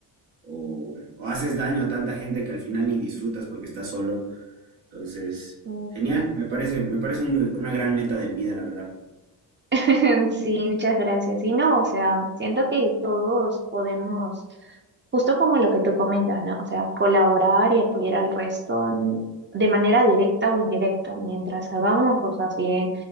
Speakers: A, on the right; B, on the right.
A: o, o haces daño a tanta gente que al final ni disfrutas porque estás solo. Entonces,
B: sí.
A: genial, me parece, me parece un- una gran meta de vida, la verdad.
B: <laughs> Sí, muchas gracias. Y no, o sea, siento que todos podemos, justo como lo que tú comentas, ¿no? O sea, colaborar y apoyar al resto n- de manera directa o indirecta, mientras hagamos cosas bien,